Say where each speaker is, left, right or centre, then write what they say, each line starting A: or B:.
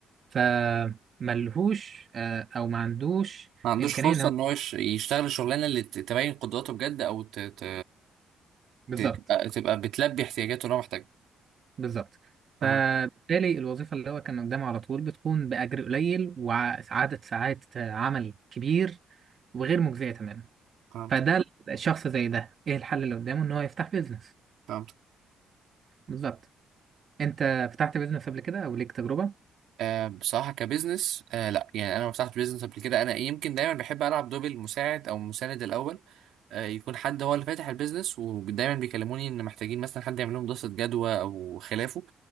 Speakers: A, on the right; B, on the right.
A: فملهوش آه، او ما عندوش
B: ما عندوش
A: امكانيه
B: فرصة
A: ان هو
B: ان هو يش- يشتغل الشغلانة اللي ت- تبين قدراته بجد او ت... ت...
A: بالظبط
B: ت- تبقى تبقى بتلبي احتياجاته اللي هو محتاجها
A: بالظبط فبالتالي
B: اها
A: الوظيفه اللي هو كان قدامه على طول بتكون باجر قليل وعدد ساعات عمل كبير وغير مجزيه تماما
B: فهمت
A: فده الشخص زي ده ايه الحل اللي قدامه ان هو يفتح بيزنس
B: فهمت
A: بالظبط انت فتحت بيزنس قبل كده او ليك تجربه
B: آه بصراحة كبزنس آه لا يعني أنا ما فتحت بزنس قبل كده أنا يمكن دايما بحب ألعب دور المساعد أو المساند الأول آه يكون حد هو اللي فاتح البيزنس ودايما بيكلموني إن محتاجين مثلا حد يعمل لهم دراسة جدوى أو خلافه